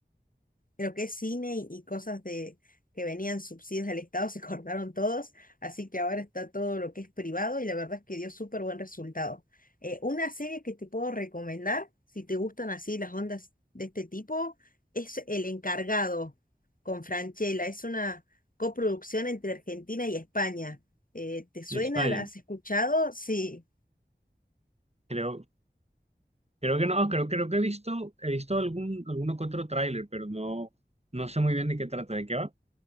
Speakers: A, on the left; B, on the right.
A: lo que es cine y, y cosas de que venían subsidios del Estado se <laughs> cortaron todos, así que ahora está todo lo que es privado y la verdad es que dio súper buen resultado. Eh, una serie que te puedo recomendar, si te gustan así las ondas de este tipo, es El Encargado con Franchella. Es una coproducción entre Argentina y España. Eh, ¿te suena?
B: Y España,
A: ¿La has escuchado? Sí.
B: creo, creo que no, creo, creo que he visto, he visto algún, alguno que otro tráiler, pero no, no sé muy bien de qué trata, de qué va.